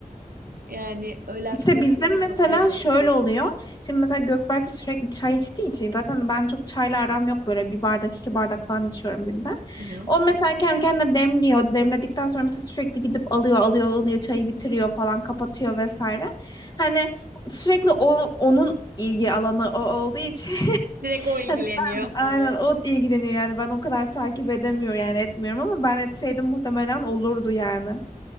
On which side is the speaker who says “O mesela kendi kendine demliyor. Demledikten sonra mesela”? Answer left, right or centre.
Left